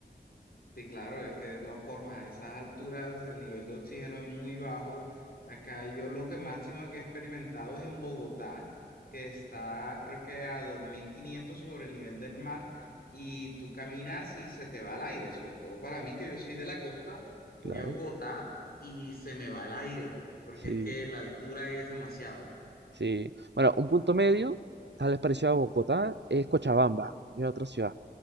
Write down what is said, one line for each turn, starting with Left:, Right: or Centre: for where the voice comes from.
Left: Sí, claro, es que de todas formas, a esas alturas el nivel de oxígeno es muy bajo. Acá yo lo que máximo que he experimentado es en Bogotá, que está creo que a 2500 sobre el nivel del mar y tú caminas y se te va el aire, sobre todo para mí que yo soy de la costa, voy
Right: Claro,
Left: a Bogotá y se me va el aire, porque
Right: sí,
Left: es que la altura es demasiado,
Right: sí. Bueno, un punto medio, tal vez parecido a Bogotá, es Cochabamba, es otra ciudad.